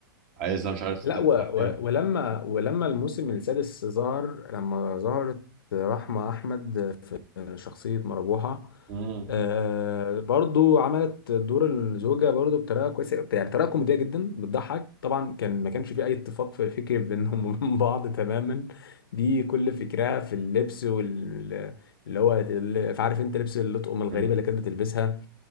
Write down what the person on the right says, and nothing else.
عايزها مش عارف
تفتح
ايه
مم،
مم،